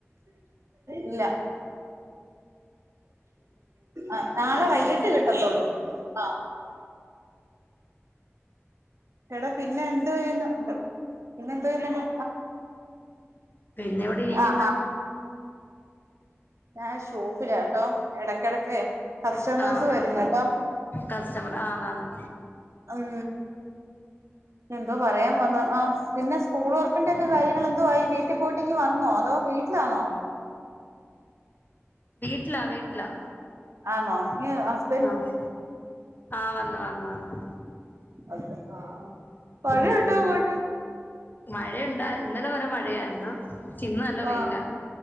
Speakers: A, on the right; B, on the left.
A: ഇല്ല ആഹ് നാള വൈകീട്ട് കിട്ടത്തൊള്ളൂ ആഹ് എടാ പിന്നെ എന്തോ ചെയ്യുന്നു പിന്നെ എന്തോ ചെയ്യുന്നന്തോ
B: പിന്നെ ഇവടെ ഇരിക്ക്ന്ന്
A: ആ ആ ഞാൻ ഷോപ്പിലാട്ടോ എടക്കെടക്കേ കസ്റ്റമേഴ്സ്
B: ആഹ്
A: വരുന്ന്
B: ആഹ്
A: അപ്പോ
B: കസ്റ്റമർ ആന്നാന്ന്
A: ഉം എന്തോ പറയാ വന്ന് ആഹ് പിന്നെ സ്കൂൾ ഒറപ്പിന്റെ ഒക്കെ കാര്യങ്ങൾ എന്തോ ആയി വീട്ടി പോയിട്ട് ഇങ്ങ് വന്നോ അതോ വീട്ട്ലാണോ
B: വീട്ട്ലാ വീട്ട്ലാ
A: ആണോ ഇഞ് ഹസ്
B: ആഹ് ആഹ് വന്നു വന്നു വന്നു
A: അതെ ആഹ് മഴയുണ്ടോ
B: ഉം
A: അങ്ങോട്ട്
B: മഴയുണ്ട ഇന്നലെ വരെ മഴയാരുന്നു ചിന്ന് നല്ല
A: ആഹ്
B: വൈല